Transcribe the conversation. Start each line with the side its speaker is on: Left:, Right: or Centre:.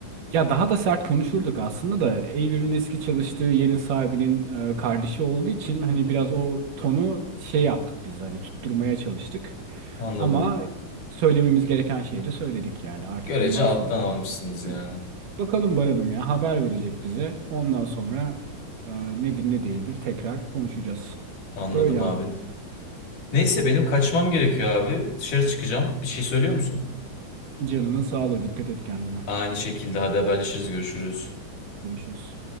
Right: Ya daha da sert konuşurduk aslında da Eylül'ün eski çalıştığı yerin sahibinin e, kardeşi olduğu için hani biraz o tonu şey yaptık biz hani tutturmaya çalıştık.
Left: Anladım.
Right: Ama söylememiz gereken şeyi de söyledik yani artık
Left: Görece
Right: bundan
Left: alttan
Right: sonra.
Left: almışsınız yani.
Right: Aynen. Bakalım Baran'ım ya haber verecek bize. Ondan sonra e, nedir ne değildir tekrar konuşacağız.
Left: Anladım
Right: Böyle abi.
Left: abi. Neyse benim kaçmam gerekiyor abi. Dışarı çıkacağım. Bir şey söylüyor musun?
Right: Canının sağlığı dikkat et kendine.
Left: Aynı şekilde hadi haberleşiriz görüşürüz.
Right: Görüşürüz.